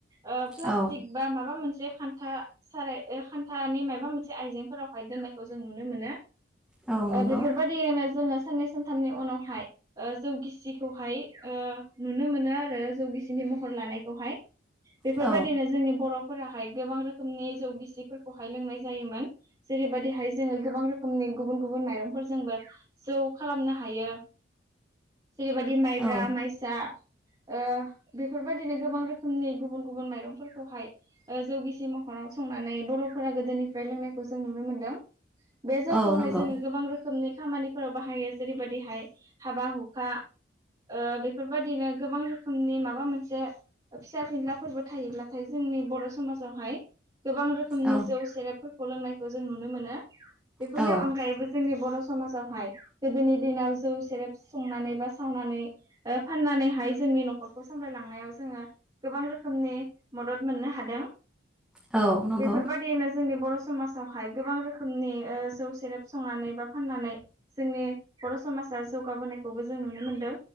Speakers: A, on the right; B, in the centre.
A: ओ प्लास्टिक
B: औ
A: बा माबा मोन से खान्था साराय खान्थानि माबा मोनसे आइजेंफोरावहाय दोननायखौ जों नुनो मोनो।
B: औ नंगौ
A: ओ बेफोरबादियैनो जोङो साननै सानथामनि उनावहाय ओ जौ गिसिखौहाय ओ नुनो मोनो आरो जौ गिसिनि महर लानायखौहाय बेफोरबायदिनो
B: औ
A: जोंनि बर' फोराहाय गोबां रोखोमनि जौ गिसिफोरखौहाय लोंनाय जायोमोन जेरैबायदिहाय जोङो गोबां रोखोमनि गुबुन गुबुन माइरंफोरजोंबो जौ खालामनो हायो। जेरैबादि माइब्रा,
B: औ
A: माइसा ओ बेफोरबादिनो गोबां रोखोमनि गुबुन-गुबुन माइरंफोरखौहाय ओ जौ गिसि महराव संनानै बर'फोरा गोदोनिफ्राय लोंनायखौ जों नुनो मोनदों बे जौखौहाय
B: औ नंगौ
A: जोङो गोबां रो खोमनि खामानिफोराव बाहायो जेरैबायदिहाय हाबा हुखा ओ बेफोरबादिनो गोबां रोखोमनि माबा मोनसे फिसा फिनलाफोरबो थायोब्लाथाय जों नि बर' समाजावहाय गोबां रोखोमनि
B: औ
A: जौ सेरेबफोरखौ लोंनायखौ जों नुनो मोनो। बेफोरनि
B: औ
A: अनगायैबो जोंनि बर' समाजावहाय गोदोनि दिनाव जौ सेरेब संनानै बा सावनानै ओ फाननानैहा हाय जोंनि न'खरखौ सामलायलांनायाव जोङो गोबां रोखोमनि मदद मोननो हादों।
B: औ नंगौ
A: बेफोरबादियैनो जोंनि बर' समाजावहाय गोबां रो खोमनि ओ जौ सेरेप संनानै बा फाननानै जोंनि बर' समाजा जौगाबोनायखौबो जों नुनो मोनदों।